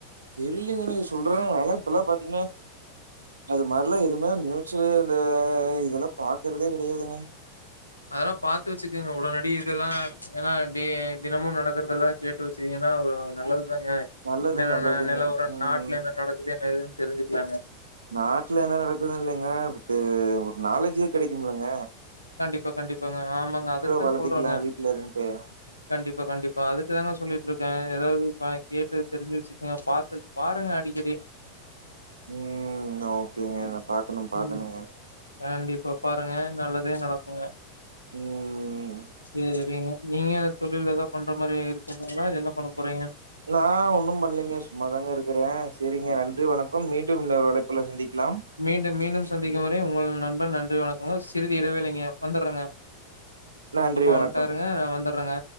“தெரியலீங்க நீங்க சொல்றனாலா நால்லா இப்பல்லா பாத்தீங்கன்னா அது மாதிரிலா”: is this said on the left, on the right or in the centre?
Right